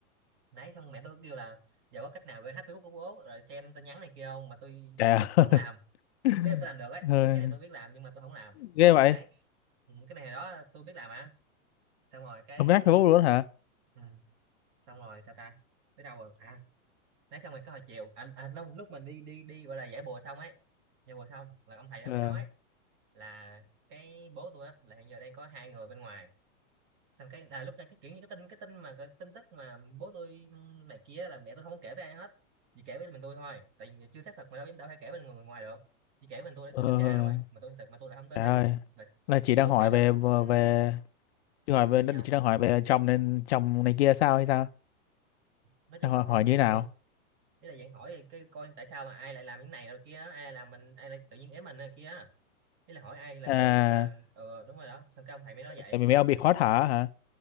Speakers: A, on the right; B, on the left.
A: đấy xong mẹ tôi kêu là giờ có cách nào gửi hack Facebook của bố rồi xem tin nhắn này kia không mà tôi
B: trời ơi.
A: không làm
B: <laughs>
A: thế là tôi làm được ấy
B: Ờ,
A: cái cái này tôi biết làm nhưng mà tôi không làm
B: ghê vậy
A: đấy Ừ, cái này đó tôi biết làm à xong rồi cái
B: hôm nát Facebook luôn hả
A: ừ xong rồi sao ta tới đâu rồi à nói xong rồi cái hồi chiều anh à, à, lúc lúc mình đi đi đi gọi là giải bùa xong ấy giải bùa xong là ông thầy đó
B: ờ
A: mới nói là cái bố tôi á là hiện giờ đang có hai người bên ngoài xong cái là lúc này cái kiểu như cái tin cái tin mà cái tin tức mà bố tôi này kia là mẹ tôi không có kể với ai hết chỉ kể với mình tôi thôi tại vì chưa xác thực mà đâu dám đâu hay kể bên người, người ngoài được chỉ kể với mình tôi để
B: ờ
A: tôi
B: ờ.
A: điều tra thôi mà tôi thật mà tôi lại không tin
B: Trời
A: đấy
B: ơi,
A: là,
B: là chị
A: là
B: đang
A: chưa
B: hỏi
A: kể với
B: về
A: ông ừ
B: về chị hỏi về
A: vậy gì không
B: chị đang hỏi về chồng nên chồng này kia sao hay sao?
A: nói chung
B: Đang hỏi,
A: là thì
B: hỏi như thế nào?
A: thì ý là dạng hỏi cái coi tại sao mà ai lại làm những này rồi kia á, ai lại làm mình ai lại tự nhiên ém mình này kia á. ý là hỏi ai là
B: À,
A: người gọi là ờ đúng rồi đó xong cái ông thầy mới nói vậy
B: tại vì mấy ông bị khó thở hả?